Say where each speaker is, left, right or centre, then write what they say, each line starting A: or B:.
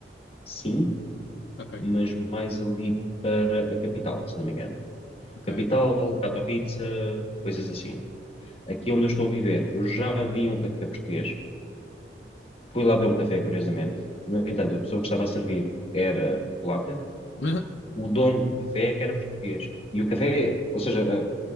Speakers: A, on the left; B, on the left.
A: sim,
B: Ok,
A: mas mais ali para a capital, se não me engano.
B: ok,
A: Capital,
B: ok.
A: Katowice, coisas assim. aqui onde eu estou a viver, eu já vi um café português, fui lá ver um café, curiosamente. No entanto, a pessoa que estava a servir era polaca,
B: <laughs>
A: o dono do café é que era português. E o café, ou seja, eh,